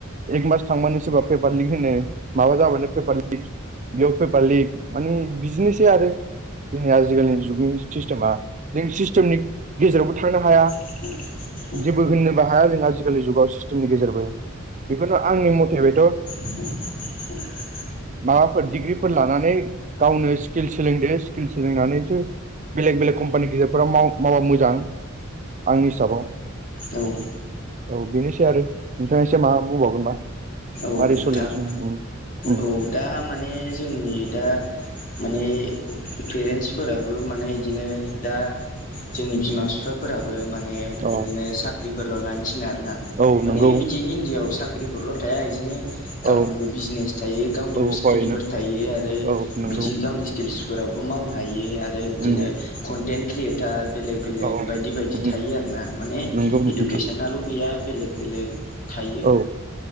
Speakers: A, on the right (about 35°); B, on the left (about 40°).
A: एक मास थांबानो सोरबा पेपार लिक होनो माबा जाबानो पेपार लिक बेयाव पेपार लिक मानि बिदिनोसै आरो जोंनि आजिखालिनि जुगनि सिस्टेमा जों सिस्टेमनि गेजेरावबो थांनो हाया
B: <inaudible>
A: जेबो होननोबो हाया जों आजिखालि जुगाव सिस्टेमनि गेजेरबो बेखौथ' आंनि मथे बेथ'
B: <inaudible>
A: माबाफोर डिग्रिफोर लानानै गावनो स्किल सोलोंदो स्किल सोलोंनानैसो बेलेग बेलेग कम्पानि गिदिरफोराव माव मावबा मोजां आंनि हिसाबाव
B: औ
A: औ बेनोसै आरो नोंथाङा एसे मा बुंबावगोनबा
B: औ
A: मारै
B: नोंथां
A: सोलिगासिनो उम उम
B: औ दा माने जोंनि दा माने पेरेन्टसफोराबो माने इदिनो दा जोंनि बिमा बिफा फोराबो माने बिदिनो
A: अ
B: साख्रिफोरल' लानो थिनो आरो ना
A: औ
B: माने
A: नंगौ
B: बिदि इण्डियाआव साख्रि <unintelligible> फख्रिफोरल' थाया बिदिनो गावनिबो
A: औ
B: बिजनेस थायो गावनिबो
A: औ
B: स्किलफोर
A: हय नों
B: थायो आरो
A: औ नंगौ
B: बिदि गावनि स्किल्सफोरावबो मावनो हायो आरो बिदिनो
A: उम
B: कन्टेन्ट क्रियेटार बेलेग बेलेग
A: औ
B: बायदि बायदि
A: उम
B: थायो आरो ना माने
A: नंगौ नोंथां
B: इदु गेसेनाल' गैया बेलेग बेलेक थायो।
A: औ